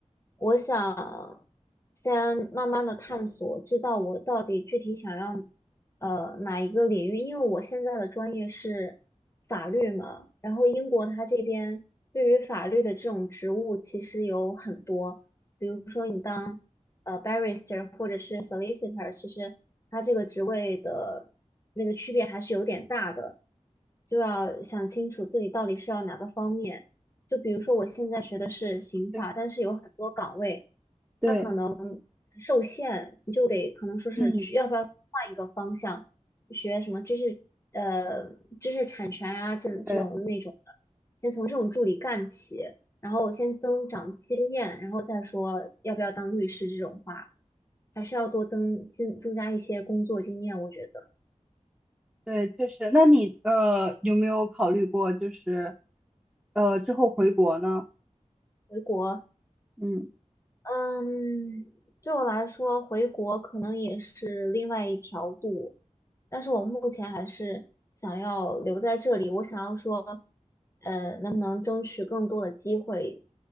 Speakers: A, on the left (about 25°); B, in the centre.
A: 我想先慢慢的探索，知道我到底具体想要呃哪一个领域，因为我现在的专业是法律嘛，然后英国它这边对于法律的这种职务其实有很多，比如说你当呃 barrister 或者是 solicitor，其实它这个职位的那个区别还是有点大的，就要想清楚自己到底是要哪个方面。就比如说我现在学的是刑法，
B: 对
A: 但是有很多岗位，
B: 对，
A: 它可能受限，你就得可能说是去要不要换一个方向，
B: 嗯，
A: 学什么知识呃知识产权啊这这种那种的，
B: 对
A: 先从这种助理干起，然后先增长经验，然后再说要不要当律师这种话，还是要多增增增加一些工作经验，我觉得。
B: 对，确实。那你呃有没有考虑过，就是呃之后回国呢？
A: 嗯，回国
B: 嗯，
A: 嗯，对我来说，回国可能也是另外一条路，但是我目前还是想要留在这里。我想要说，呃，能不能争取更多的机会，